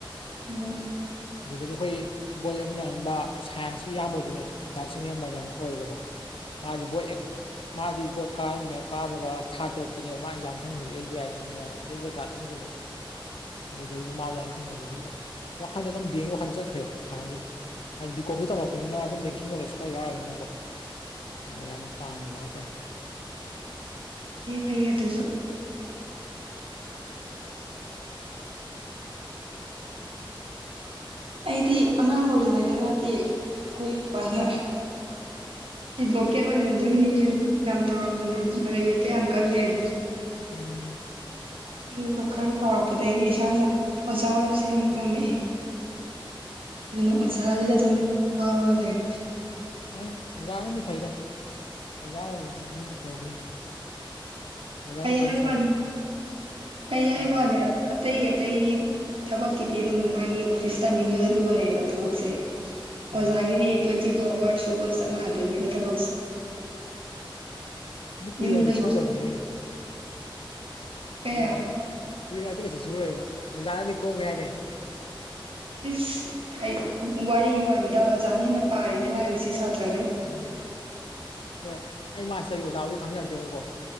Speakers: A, on the right; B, on the left.
A: ꯎꯝ
B: ꯑꯗꯨꯗꯒꯤ ꯑꯩꯈꯣꯏ ꯕꯣꯠ ꯂꯦꯞ ꯃꯤꯟꯅꯔꯝꯕ ꯁꯥꯏꯟꯁꯀꯤ ꯏꯌꯥꯝꯕ ꯑꯣꯏꯗꯣꯏꯅꯦ ꯗꯥ ꯆꯤꯡꯂꯦꯝꯕꯅ ꯑꯃ ꯀꯧꯋꯦꯕꯀꯣ ꯃꯥꯁꯨꯨ ꯕꯣꯠ ꯍꯦꯛ ꯃꯥꯗꯤ ꯕꯣꯠ ꯀꯥꯔꯝꯃꯦ ꯀꯥꯕꯒ ꯊꯥ ꯇꯔꯨꯛꯇꯅꯦꯕ ꯃꯥ ꯑꯦꯛꯖꯥꯝ ꯈꯟꯈ꯭ꯔꯤꯁꯦ S B I junior S B I clerk ꯈꯟꯈꯤꯕꯅꯦ ꯑꯗꯨꯗꯒꯤꯁꯨ ꯃꯥꯁꯨ ꯑꯗꯨꯃꯥꯏꯅ ꯈꯟꯈ꯭ꯔꯦ ꯑꯗꯨꯗꯒꯤ ꯑꯗꯨꯝ ꯋꯥꯈꯟꯗ ꯑꯗꯨꯝ ꯕꯦꯡꯒꯤ ꯋꯥꯈꯟ ꯆꯠꯈ꯭ꯔꯦꯕ ꯍꯥꯟꯅꯁꯨ ꯍꯥꯏꯗꯤ ꯕꯤ ꯀꯣꯝ ꯁꯨ ꯇꯝꯃꯛꯄꯅꯤꯅ ꯑꯗꯨꯝ ꯕꯦꯡꯀꯤꯡ ꯅꯣꯂꯦꯖ ꯈꯔ ꯌꯥꯎꯔꯤꯕꯅꯤꯅꯀꯣ ꯑꯗꯨꯝ ꯑꯗꯨꯃꯥꯏꯅ ꯄꯥꯝꯈꯤꯕ ꯍꯥꯏꯇꯥꯔꯦ
A: ꯐꯩꯌꯦ ꯐꯩꯌꯦ ꯑꯗꯨꯁꯨ ꯑꯩꯗꯤ ꯑꯉꯥꯡ ꯑꯣꯏꯔꯤꯉꯩꯗꯒꯗꯤ ꯑꯩꯈꯣꯏ ꯕꯥ ꯅ ꯑꯦꯠꯚꯣꯀꯦꯠ ꯑꯣꯏꯍꯟꯗꯣꯏꯅꯦ ꯌꯥꯝ ꯇꯧꯔꯝꯕꯅꯦ ꯃꯔꯩ ꯌꯦꯠꯄ ꯌꯥꯝ ꯀꯜꯂꯦꯅ
B: ꯎꯝ
A: ꯑꯗꯨꯒ ꯈꯔ ꯆꯥꯎꯔꯛꯄꯗꯒꯤꯗꯤ ꯏꯁꯥꯅ ꯑꯣꯖꯥ ꯑꯣꯏꯕꯁꯦ ꯌꯥꯝ ꯄꯥꯝꯃꯛꯑꯦ ꯑꯗꯨꯅ ꯑꯣꯖꯥꯁꯤꯗ ꯑꯗꯨꯝ ꯉꯥꯎꯔꯒ ꯂꯩꯔꯦ
B: ꯍꯣꯏꯗ ꯑꯣꯖꯥꯅꯗꯤ ꯐꯩꯗ ꯑꯣꯖꯥ ꯑꯣꯏꯕꯅꯗꯤ ꯐꯗꯣꯏꯅꯤ ꯑꯣꯖꯥꯅ
A: ꯐꯩ
B: ꯈ꯭ꯋꯥꯏ
A: ꯍꯥꯏꯕ
B: ꯁꯥꯎ
A: ꯋꯥꯅꯤ ꯐꯩ ꯍꯥꯏꯕ
B: ꯎꯝ
A: ꯋꯥꯅꯤ ꯑꯇꯩ ꯑꯇꯩ ꯊꯕꯛꯀꯤꯗꯤ ꯑꯗꯨꯝ ꯃꯥꯒꯤ ꯑꯣꯐꯤꯁ ꯇꯥꯏꯃꯤꯡꯗꯨꯗ ꯂꯣꯏꯔꯦꯕ ꯊꯕꯛꯁꯦ
B: ꯎꯝ
A: ꯑꯣꯖꯥꯒꯤꯗꯤ ꯇ꯭ꯋꯦꯟꯇꯤ ꯐꯣꯔ ꯑꯋꯥꯔ ꯁꯨꯕ ꯆꯞ ꯃꯥꯟꯅꯗꯣꯏꯅꯦꯕ ꯊꯕꯛꯁꯦ
B: ꯑꯗꯣ ꯀꯨꯏꯔꯛ
A: ꯌꯨꯝꯗꯁꯨ
B: ꯑꯗꯤ ꯁꯨꯗꯕꯅꯤ
A: ꯀꯌꯥ
B: ꯀꯨꯏꯔꯛ ꯑꯗꯤ ꯀꯨꯏꯔꯗꯤ ꯀꯩꯁꯨ ꯁꯨꯔꯣꯏꯕ ꯑꯣꯖꯥꯅꯗꯤ ꯀꯣꯝꯃꯦ ꯍꯥꯏꯅꯦ
A: ꯏꯁꯁ ꯑꯩ ꯋꯥꯔꯤꯒꯤ ꯋꯥꯅꯤꯗ ꯑꯣꯖꯥꯅ ꯍꯦꯟꯅ ꯄꯥꯔꯤꯅꯦ ꯂꯥꯏꯔꯤꯛꯁꯦ ꯁꯥꯇ꯭ꯔꯗꯩ
B: ꯑꯣ ꯍꯣꯏ ꯑꯩ ꯃꯥꯁꯇꯔꯒꯤ ꯑꯣꯖꯥꯕꯨꯗꯤ ꯈꯪꯅꯔꯛꯇꯦꯕꯀꯣ